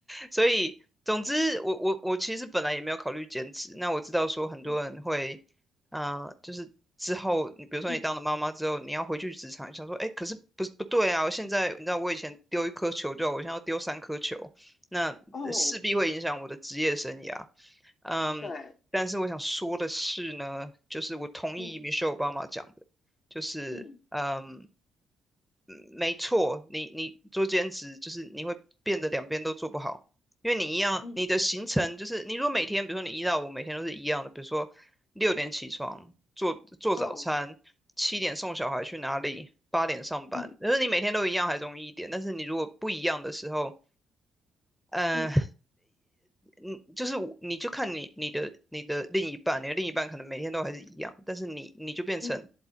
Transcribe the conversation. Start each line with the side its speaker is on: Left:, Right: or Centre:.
Centre: 所以总之，我我我其实本来也没有考虑兼职。那我知道说很多人会，
Left: 嗯
Centre: 啊，就是之后你比如说你当了妈妈之后，
Left: 嗯，
Centre: 你要回去职场，你想说，哎，可是不不对啊！我现在你知道我以前丢一颗球就好，我现在要丢三颗球，那呃势必会影响我的职业生涯。
Left: 哦，
Centre: 嗯，
Left: 对，
Centre: 但是我想说的是呢，就是我同意
Left: 嗯
Centre: Michelle Obama 讲的，就是。
Left: 嗯
Centre: 嗯。嗯没错，你你做兼职就是你会变得两边都做不好，因为你一样，
Left: 嗯，
Centre: 你的行程就是你如果每天，比如说你一到五每天都是一样的，比如说六点起床做做早餐，
Left: 哦，
Centre: 七点送小孩去哪里，八点上班，
Left: 嗯
Centre: 但是你每天都一样还容易一点，但是你如果不一样的时候，呃，
Left: 嗯
Centre: 呃嗯，就是我你就看你你的你的另一半，你的另一半可能每天都还是一样，但是你你就变成，
Left: 嗯，